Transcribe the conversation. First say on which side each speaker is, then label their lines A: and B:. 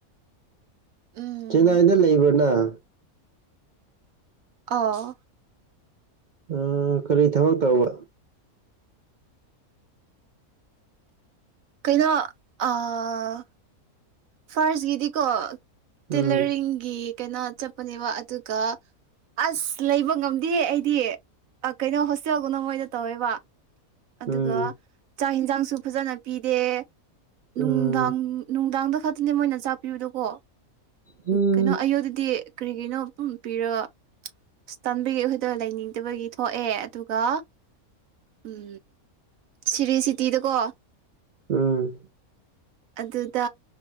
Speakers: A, on the right (about 70°); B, on the right (about 80°).
A: ꯎꯝ
B: ꯆꯦꯟꯅꯥꯏꯗ ꯂꯩꯕ꯭ꯔꯣꯅꯪ
A: ꯑꯣ
B: ꯑ ꯀꯔꯤ ꯊꯕꯛ ꯇꯧꯕ
A: ꯀꯩꯅꯣ ꯑꯥ ꯐꯥꯔꯁꯀꯤꯗꯤꯀꯣ
B: ꯎꯝ
A: ꯇꯦꯂꯔꯤꯡꯒꯤ ꯀꯩꯅꯣ ꯆꯠꯄꯅꯦꯕ ꯑꯗꯨ ꯀ ꯑꯁ ꯂꯩꯕ ꯉꯝꯗꯦ ꯑꯩꯗꯤ ꯀꯩꯅꯣ ꯍꯣꯁꯇꯦꯜꯒꯨꯝꯅ ꯃꯣꯏ ꯇꯧꯋꯦꯕ ꯑꯗꯨꯒ
B: ꯎꯝ
A: ꯆꯥꯛ ꯌꯦꯟꯁꯥꯡꯁꯨ ꯐꯖꯅ ꯄꯤꯗꯦ
B: ꯎꯝ
A: ꯅꯨꯡꯗꯥꯡ ꯅꯨꯡꯗꯥꯡꯗ ꯈꯛꯇꯅꯦ ꯃꯣꯏꯅ ꯆꯥꯛꯄꯤꯕꯗꯨꯀꯣ
B: ꯎꯝ
A: ꯀꯩꯅꯣ ꯑꯌꯨ ꯗꯤ ꯀꯔꯤꯒꯤꯅꯣ ꯄꯤꯔꯒ ꯑꯁ ꯇꯟꯕꯤꯒꯤ ꯍꯣꯏꯇꯦꯜ ꯂꯩꯅꯤꯡꯗꯕꯒꯤ ꯊꯣꯛꯑꯦ ꯑꯗꯨꯒ ꯎꯝ ꯁꯤꯔꯤꯁꯤꯇꯤꯗꯀꯣ
B: ꯎꯝ
A: ꯑꯗꯨꯗ